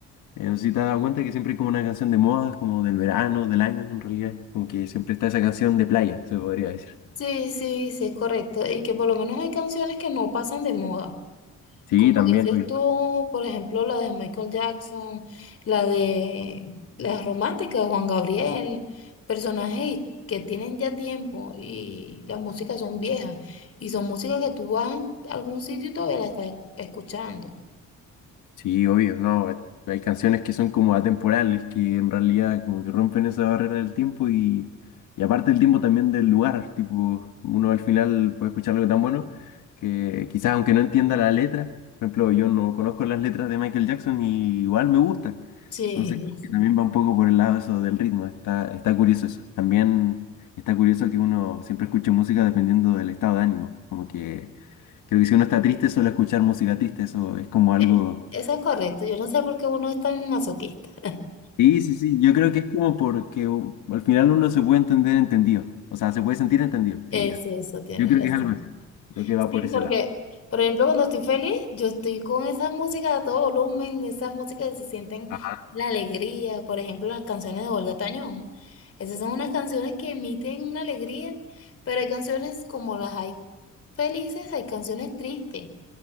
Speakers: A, on the left; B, on the left.
A: Eh, no sé si te has dado cuenta que siempre hay como una canción de moda, como del verano, del año, en realidad. Como que siempre está esa canción de playa, se podría decir.
B: Sí, sí, sí, es correcto. Y que por lo menos hay canciones que no pasan de moda.
A: Sí,
B: Como
A: también.
B: dices tú, por ejemplo, la de Michael Jackson, la de las románticas de Juan Gabriel, personajes que tienen ya tiempo y las músicas son viejas y son músicas que tú vas a algún sitio y todavía la estás escuchando.
A: Sí, obvio, no. eh, Hay canciones que son como atemporales, que en realidad como que rompen esa barrera del tiempo y, y aparte del tiempo también del lugar, tipo, uno al final puede escuchar algo tan bueno que quizás aunque no entienda la letra, por ejemplo, yo no conozco las letras de Michael Jackson y igual me gusta.
B: Sí.
A: Entonces, creo que también va un poco por el lado eso del ritmo, está, está curioso eso. También está curioso que uno siempre escuche música dependiendo del estado de ánimo, como que creo que si uno está triste suele escuchar música triste, eso es como algo
B: Eh, Eso es correcto, yo no sé por qué uno es tan masoquista. <laughs>
A: Sí, sí, sí, yo creo que es como porque u- al final uno se puede entender entendido, o sea, se puede sentir entendido,
B: Eso,
A: que diga.
B: eso, tienes
A: Yo creo
B: razón.
A: que es algo así, lo que va
B: Sí,
A: por
B: porque,
A: ese lado.
B: por ejemplo, cuando estoy feliz, yo estoy con esas músicas a todo volumen, esas músicas que se sienten
A: Ajá,
B: la alegría, por ejemplo, las canciones de Olga Tañón. Esas son unas canciones que emiten una alegría, pero hay canciones como las hay felices, hay canciones tristes.